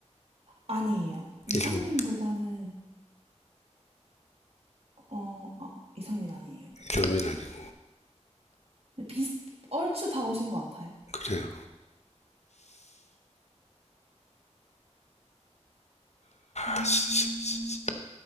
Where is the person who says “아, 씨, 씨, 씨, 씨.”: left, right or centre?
Left